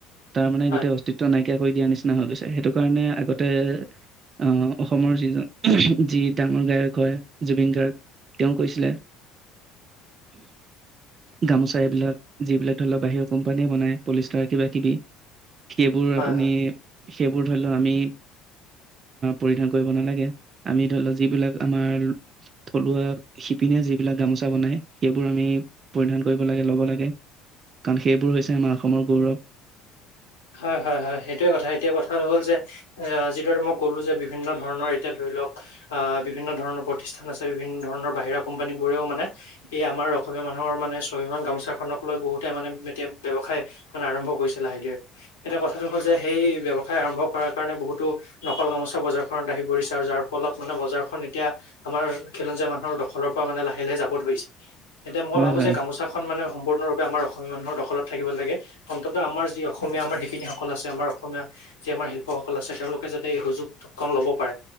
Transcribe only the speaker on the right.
তাৰ মানে
গোটেই অস্তিত্ব নাই নাইকিয়া কৰি দিয়া নিচি না হৈ গৈছে। সেইটো কাৰণে আগতে আহ অসমৰ যিজন যি ডাঙৰ গায়ক হয় জুবিন গাৰ্গ তেওঁ কৈছিলে, গামোচা এইবিলাক যিবিলাক ধৰি লওক বাহিৰৰ কোম্পানীয়ে বনাই পলিষ্টাৰ কিবা-কিবি সেইবোৰ
আপুনি
সেইবোৰ ধৰি লওক আমি পৰিধান কৰিব নালাগে, আমি ধৰি লওক যিবিলাক আমাৰ থলুৱা শিপিনীয়ে যিবিলাক গামোচা বনাই সেইবোৰ আমি পৰিধান কৰিব লাগে, ল'ব লাগে, কাৰণ সেইবোৰ হৈছে আমাৰ অসমৰ গৌৰৱ।
হয়
হয়